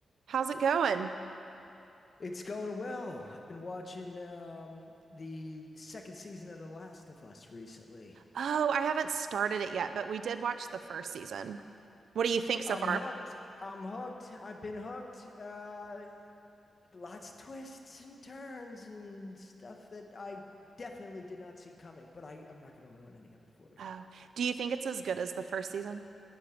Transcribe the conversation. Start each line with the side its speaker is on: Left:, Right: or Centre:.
Right: How's it going?
Left: It's going well. I've been watching um, the second season of The Last of Us recently.
Right: Oh, I haven't started it yet, but we did watch the first season. What do you think so
Left: I'm
Right: far?
Left: hooked. I'm hooked. I've been hooked. Uh, lots of twists and turns and stuff that I definitely did not see coming, but I, I'm not going to ruin any of it for you.
Right: Oh, do you think it's as good as the first season?